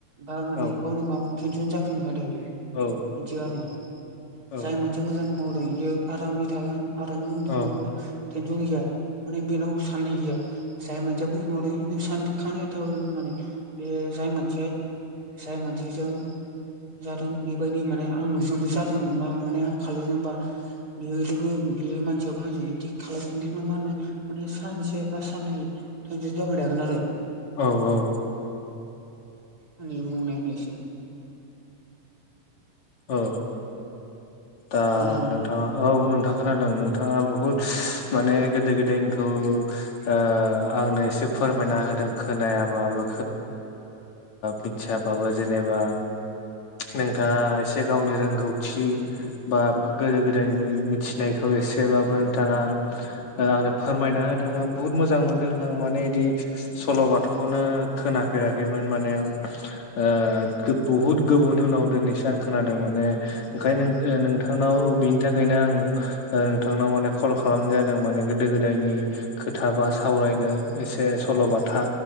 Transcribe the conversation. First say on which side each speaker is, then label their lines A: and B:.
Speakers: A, on the right; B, on the left.
A: बा माने
B: औ
A: गावनो गाव टेनसन जाफिनबाय थायो।
B: औ
A: बिदि आरो।
B: औ
A: जाय मोनसिया मोजाङै मावदों इयो आरामै थागोन। आरो नों उन्दुगोन
B: औ
A: होनबा टेनसन गैया माने बेनाव साननाय गैया जाय मानसिया बुलमावदों इनो सान दिखां एथाबो माने बे जाय मानसिया जाय मानसिजों जादों बेबायदि माने आं नुजोंबो जादों नोबा माने आं खालि नांबा बियो <unintelligible> बे मानसिया बाहाय <unintelligible> खालायफिननायखौ मा होनो माने सानसे बा साननै <unintelligible> आरो
B: औ औ
A: आ नेबावनायानो एसे
B: औ दा
A: खोनादोंना
B: नोंथाङा औ दा खोनादों नोंथाङा बुहुत माने गोदो गोदायनिखौ ओ आंनो एसे फोरमायना होदों खोनायाबाबो मिथियाबाबो जेनेबा बा नोंथाङा एसे गावनि रोंगौथि बा गोदो गोदायनि मिथिनायखौ एसेबाबो नोंथाङा आंनो फोरमाय फोरायना होदो आं बुहुत मोजां मोनदो आं माने इदि सल' बाथाखौनो खोनाफेराखैमोन मान नायाव बुहुद गोबावनि उनाव दिनैसो आं खोनानो मोनो ओंखायनो ए नोंथांनाव
A: औ
B: बिनि थाखायनो आं ओ नोंथांनाव माने कल खालामनाय जादों माने गोदो गोदायनि खोथा बा सावरायनो एसे ए सल बाथा